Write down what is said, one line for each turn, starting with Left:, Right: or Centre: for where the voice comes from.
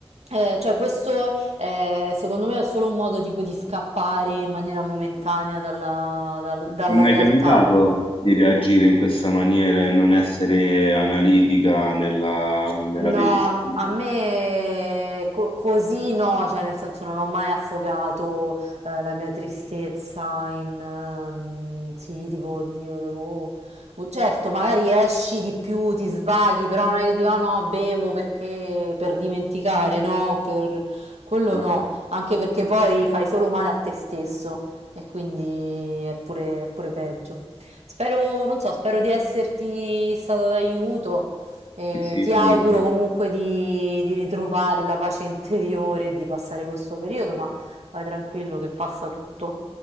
Right: eh, cioè, questo eh, secondo me è solo un modo tipo di scappare in maniera momentanea dalla, dal- dalla
Left: Mi è mai
Right: realtà,
Left: capitato di reagire in questa maniera e non essere analitica nella, nella
Right: No,
Left: decisione?
Right: a me co- così no, cioè nel senso non ho mai affogato eh, la mia tristezza in... ehm, sì, tipo, oddio, devo... oh, Certo, magari esci di più, ti svaghi, però non è che dico, "Ah, no, bevo perché... per dimenticare, no, per... quello
Left: Ah,
Right: no, anche perché poi fai solo male a te stesso e quindi è pure, è pure peggio. Spero, non so, spero di esserti stato d'aiuto. E
Left: Sì, sì,
Right: ti
Left: molto.
Right: auguro comunque di, di ritrovare la pace interiore e di passare questo periodo, ma vai tranquillo che passa tutto.